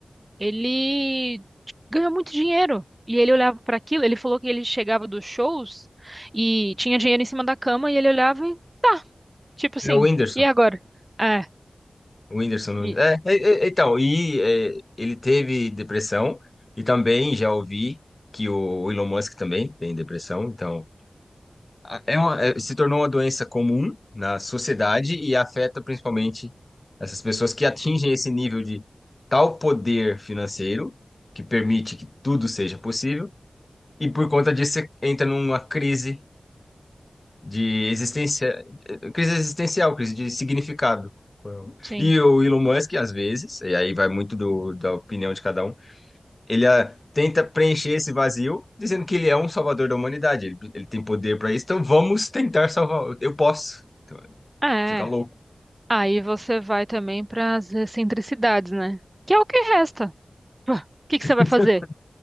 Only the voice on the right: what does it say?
ele ganhou muito dinheiro. E ele olhava para aquilo, ele falou que ele chegava dos shows e tinha dinheiro em cima da cama e ele olhava e tá, tipo assim,
e agora? É,
e
sim.
É.
Aí você vai também para as excentricidades, né? Que é o que resta. Pô, O que que
você vai fazer?